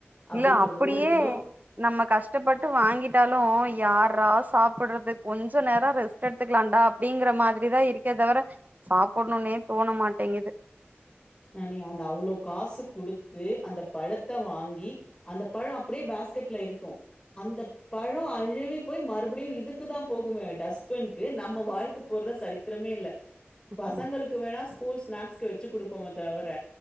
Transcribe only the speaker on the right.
இல்ல
அப்படியே
நம்ம கஷ்டப்பட்டு வாங்கிட்டாலு யார்ரா சாப்பறது கொஞ்ச நேரோ ரெஸ் ட் எடுத்துக்கலான்டா அப்டிங்கற மாதிரிதா இருக்கே தவர சாப்புண்ணோனே தோண மாட்டிங்குது
ஆமா